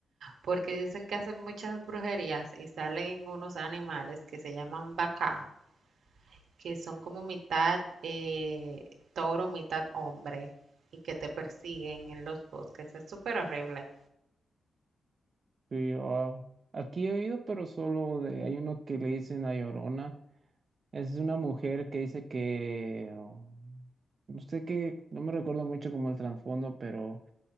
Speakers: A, on the right; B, on the right.
A: porque dicen que hacen muchas brujerías y salen unos animales que se llaman bacá que son como mitad eh, toro, mitad hombre y que te persiguen en los bosques. Es súper horrible.
B: Sí, ah, aquí he oído, pero solo de, hay uno que le dicen La Llorona. Es una mujer que dice que, oh, no sé qué, no me recuerdo mucho como el trasfondo, pero